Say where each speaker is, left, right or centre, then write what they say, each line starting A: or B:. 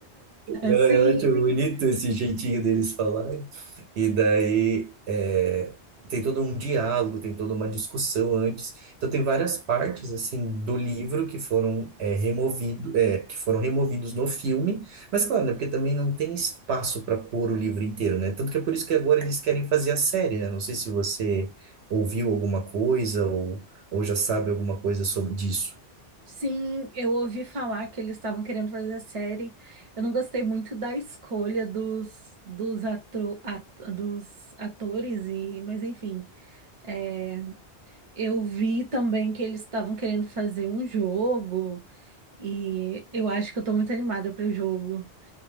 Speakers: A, on the right; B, on the right.
A: Eu,
B: <laughs> Sim.
A: eu acho bonito esse jeitinho deles falarem. E daí é, tem todo um diálogo, tem toda uma discussão antes. Então tem várias partes assim do livro que foram é, removido, é, que foram removidos no filme. Mas claro, né, porque também não tem espaço para pôr o livro inteiro, né? Tanto que é por isso que agora eles querem fazer a série, né? Não sei se você ouviu alguma coisa ou, ou já sabe alguma coisa sobre disso.
B: Sim, eu ouvi falar que eles estavam querendo fazer a série. Eu não gostei muito da escolha dos, dos, atro, at- dos atores, e, mas enfim. é, eu vi também que eles estavam querendo fazer um jogo, e eu acho que eu tô muito animada para o jogo.